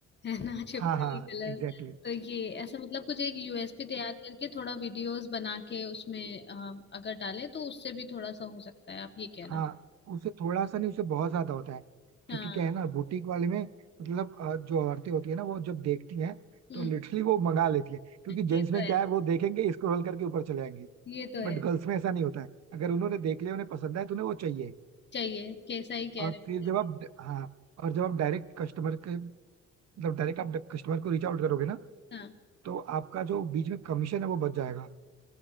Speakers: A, on the left; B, on the right.
A: है ना <laughs> छिपकली
B: हाँ हाँ
A: कलर
B: एग्जैक्टली
A: तो ये ऐसा मतलब कुछ एक यूएसपी तैयार करके थोड़ा वीडियोस बना के उसमें अ, अगर डाले तो उससे भी थोड़ा सा हो सकता है आप ये कहना
B: हाँ उसे थोड़ा सा नहीं उसे बहुत ज्यादा होता है क्योंकि
A: हाँ
B: क्या है ना बुटीक वाले में मतलब अ, जो औरतें होती है ना वो जब देखती हैं
A: हम्म
B: तो लिटरली वो मंगा लेती है क्योंकि जेंट्स
A: ये
B: में
A: तो है
B: क्या है वो देखेंगे स्क्रॉल करके ऊपर चले जाएंगे
A: ये तो है
B: बट गर्ल्स में ऐसा नहीं होता है अगर उन्होंने देख लिया उन्हें पसंद आए तो उन्हें वो चाहिए
A: चाहिए कैसा ही कह
B: और
A: रहे हो
B: फिर जब
A: सही
B: आप हाँ और जब आप डायरेक्ट कस्टमर के मतलब डायरेक्ट आप कस्टमर को रीच आउट करोगे ना
A: है। हाँ
B: तो आपका जो बीच में कमीशन है वो बच जाएगा